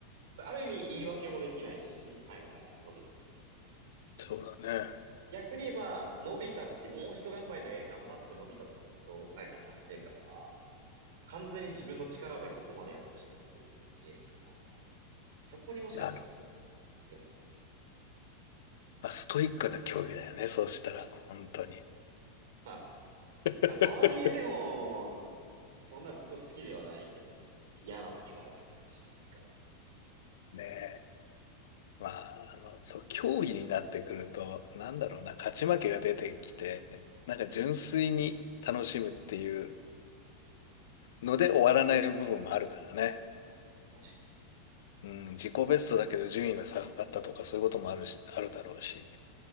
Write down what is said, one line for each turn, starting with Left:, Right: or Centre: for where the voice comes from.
Right: ある意味言い訳もできないし、タイムが伸びなかった時の。
Left: そうだね。
Right: 逆に言えば、伸びた時、もう一頑張りで頑張って伸びた時の爽快感、達成感は、完全に自分の力でここまでやってきたっていうのが見えるから、そこにもしかしたら
Left: なる。
Right: 良さを感じてる。
Left: まあ、ストイックな競技だよね、そうしたら、本当に。
Right: まあ、
Left: <laughs>
Right: まあ、とはいえでも、そんなずっと好きではないけど、す嫌な時もあるけど、走りに疲れて。
Left: ねえ。まあ、あの、そう、競技になってくると、なんだろうな、勝ち負けが出てきて、なんか純粋に楽しむっていうので終わらない部分もあるからね。
Right: 確かに。
Left: うん、自己ベストだけど順位は下がったとかそういうこともあるし、あるだろうし。